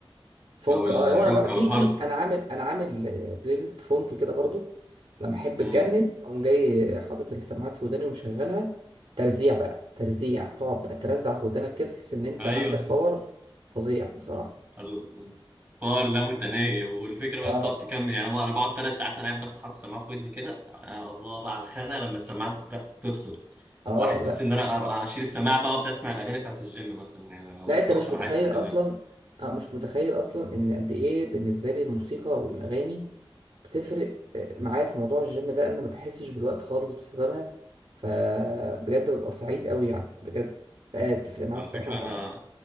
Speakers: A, on the right; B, on the right.
A: فونك
B: او الروك
A: اه هو انا بقى
B: او
A: في
B: الهارد
A: في انا عامل انا عامل آه، بلاي ليست فونك كده برضو لما احب
B: امم
A: اتجنن اقوم جاي حاطط السماعات في وداني ومشغلها ترزيع بقى ترزيع تقعد بقى ترزع في ودانك كده تحس ان انت
B: ايوه
A: عندك باور فظيع بصراحه
B: الباور لا متناهي والفكره بقى
A: اه
B: بتقعد تكمل يعني انا بقعد ثلاث ساعات انا قاعد بس حاطط السماعه في ودني كده يا الله بقى على الخناقه لما السماعه تبدا تفصل
A: اه
B: واحس ان انا ابقى اشيل السماعه بقى وابدا اسمع الاغاني بتاعت الجيم مثلا يعني أنا بص
A: لا انت
B: خلاص
A: مش
B: انا
A: متخيل
B: عايز اقتل
A: اصلا
B: نفسي
A: اه مش متخيل اصلا ان قد ايه بالنسبه لي الموسيقى والاغاني بتفرق آه، معايا في موضوع الجيم ده انا ما بحسش بالوقت خالص بسببها فبجد ببقى سعيد قوي يعني بجد آه، بتفرق معايا
B: على
A: الصراحه
B: فكرة أنا